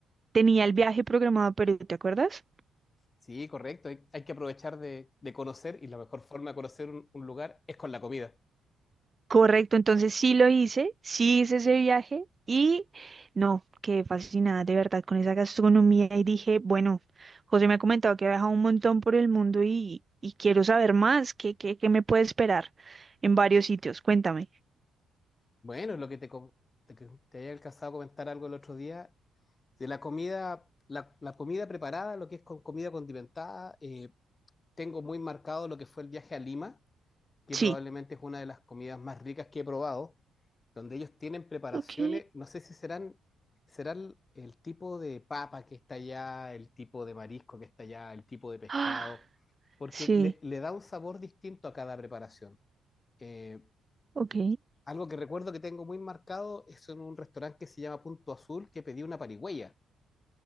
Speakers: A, on the right; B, on the left.
A: tenía el viaje programado a Perú, ¿te acuerdas?
B: Sí, correcto. Hay, hay que aprovechar de, de conocer y la mejor forma de conocer un, un lugar es con la comida.
A: Correcto, entonces sí lo hice, sí hice ese viaje y no, quedé fascinada de verdad con esa gastronomía y dije, bueno, José me ha comentado que ha viajado un montón por el mundo y, y quiero saber más, ¿qué, qué, qué me puede esperar en varios sitios? Cuéntame.
B: Bueno, lo que te, co- te, que te había alcanzado a comentar algo el otro día de la comida, la, la comida preparada, lo que es con comida condimentada. eh, tengo muy marcado lo que fue el viaje a Lima, que
A: Sí.
B: probablemente es una de las comidas más ricas que he probado. donde ellos tienen preparaciones,
A: Ok.
B: no sé si serán, será el, el tipo de papa que está allá, el tipo de marisco que está allá, el tipo de pescado,
A: Ah,
B: porque
A: sí.
B: le, le da un sabor distinto a cada preparación. Eh,
A: Ok.
B: algo que recuerdo que tengo muy marcado es en un restaurante que se llama Punto Azul, que pedí una parigüeya,